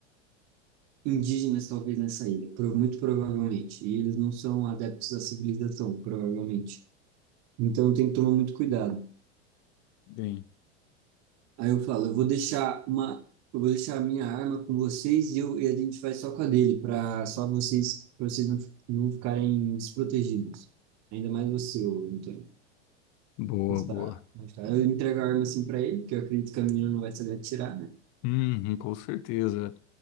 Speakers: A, on the right; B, on the left.
A: indígenas, talvez, nessa ilha, pro- muito provavelmente. E eles não são adeptos à civilização, provavelmente. Então tem que tomar muito cuidado.
B: bem.
A: Aí eu falo, eu vou deixar uma, eu vou deixar a minha arma com vocês e, eu, e a gente vai só com a dele, para só vocês, pra vocês não, fi- não ficarem desprotegidos. Ainda mais você, ô Antônio.
B: Boa,
A: Está,
B: boa.
A: está. Eu entrego a arma assim pra ele, porque eu acredito que a menina não vai saber atirar, né?
B: Uhum, com certeza.